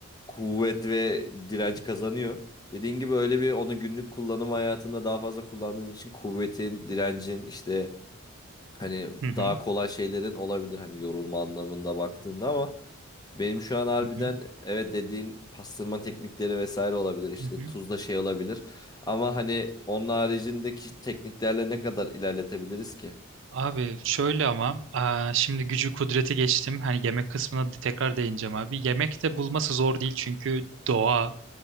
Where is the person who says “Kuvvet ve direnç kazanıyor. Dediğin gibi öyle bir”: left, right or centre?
Left